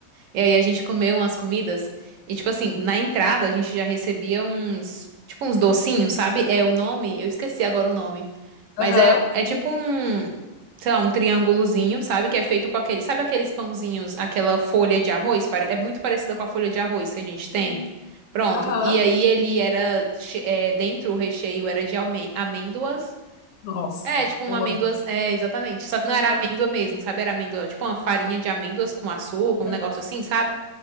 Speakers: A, on the right; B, on the left.
A: E aí a gente comeu umas comidas e tipo assim, na entrada a gente já recebia uns, tipo uns docinhos, sabe? É o nome, eu esqueci agora o nome. Mas
B: aham.
A: é é tipo um, sei lá, um triângulozinho, sabe? Que é feito com aquele, sabe aqueles pãozinhos, aquela folha de arroz, Pare- é muito parecida com a folha de arroz que a gente tem.
B: Sim.
A: Pronto.
B: Aham.
A: E aí ele era che- é, dentro o recheio era de alme- amêndoas.
B: Nossa,
A: É, tipo uma
B: eu
A: amêndoas,
B: amo.
A: é, exatamente. Só que
B: Aham,
A: não era amêndoa mesmo, sabe? Era amêndoa, tipo uma farinha de amêndoas com açúcar, um negócio
B: aham.
A: assim, sabe?